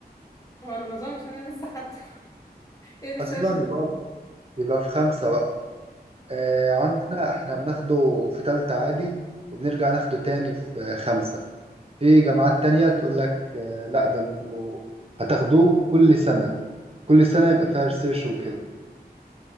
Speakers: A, on the left; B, on the right.
A: هو انا ما اظنش ان انا لسه خدته <laughs> ايه الريسيرش
B: اصلا
A: ده
B: يبقى يبقى في خمسة بقى آه، عندنا احنا بناخده في تالتة عادي وبنرجع ناخده تاني في آه، خمسة في جامعات تانية تقول لك آه، لا ده انتوا هتاخدوه كل سنة كل سنة يبقى فيها ريسيرش وكده